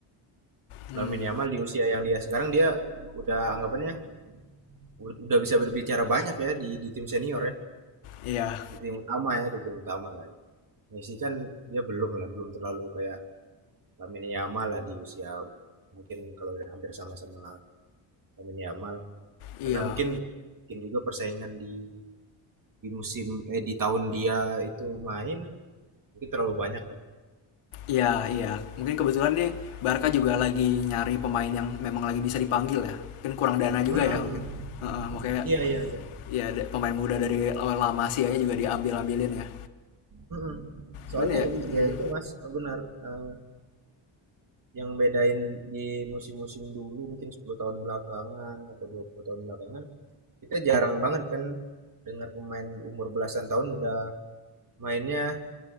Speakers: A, on the left (about 75°); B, on the right (about 40°).
A: hmm,
B: Lamine Yamal di usia yang dia sekarang dia udah anggapannya u- udah bisa berbicara banyak ya di di tim senior ya,
A: iya
B: di tim utama ya, di tim utama lah. Messi kan dia belum lah, belum terlalu kayak Lamine Yamal lah di usia mungkin kalau udah hampir sama-sama Lamine Yamal,
A: iya
B: karena mungkin mungkin juga persaingan di di musim eh di tahun dia itu main mungkin terlalu banyak ya.
A: iya iya mungkin kebetulan nih Barca juga lagi nyari pemain yang memang lagi bisa dipanggil ya mungkin kurang dana juga
B: Mm-mm.
A: ya mungkin Heeh, makanya
B: Iya iya iya.
A: ya pemain muda dari La Masia juga diambil ambilin ya
B: Mm-mm. Soalnya
A: cuman ya
B: i-
A: hmm,
B: ya itu Mas benar eh, yang bedain di musim-musim dulu mungkin 10 tahun belakangan atau 20 tahun belakangan kita jarang banget kan dengar pemain umur belasan tahun udah mainnya